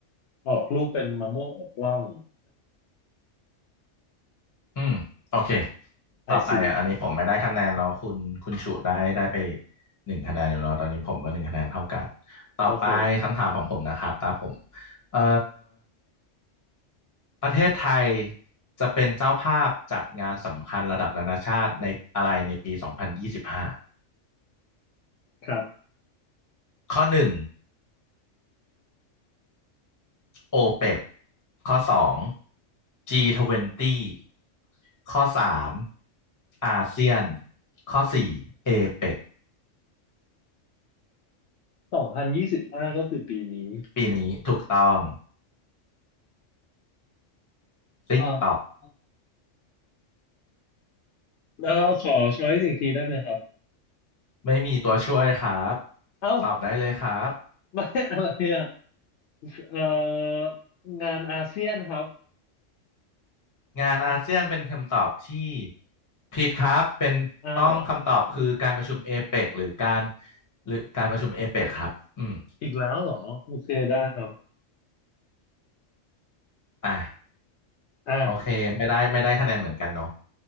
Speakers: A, on the left; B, on the left.
A: ออกลูกเป็นมะม่วงอกร่อง
B: อืมโอเค
A: ไอซี
B: ต่อไปอันนี้ผมไม่ได้คะแนนเนาะคุณคุณชุได้ได้ไปหนึ่งคะแนนอยู่เนาะตอนนี้ผมก็หนึ่งคะแนนเท่ากันต่อไปคำถามของผมนะครับตาผม
A: โอเค
B: เอ่อประเทศไทยจะเป็นเจ้าภาพจัดงานสำคัญระดับนานาชาติในอะไรในปี2025
A: ครับ
B: ข้อหนึ่ง โอเปกข้อสอง G20 ข้อสามอาเซียนข้อสี่เอเปก
A: สองพันยี่สิบห้าก็คือปีนี้
B: ปีนี้ถูกต้อง TikTok
A: อ่าแล้วขอช้อยส์อีกทีได้ไหมครับ
B: ไม่มีตัวช่วยครับ
A: เอ้า
B: ตอบได้เลยครับ
A: ไม่อะไรอ่ะเอ่องานอาเซียนครับ
B: งานอาเซียนเป็นคำตอบที่ผิดครับเป็นต้องคำตอบคือการประชุมเอเปกหรือการ
A: อ้าว
B: หรือการประชุมเอเปกครับอืม
A: อีกแล้วเหรอโอเคได้ครับ
B: อ่ะ
A: อ่ะ
B: โอเคไม่ได้ไม่ได้คะแนนเหมือนกันเนาะ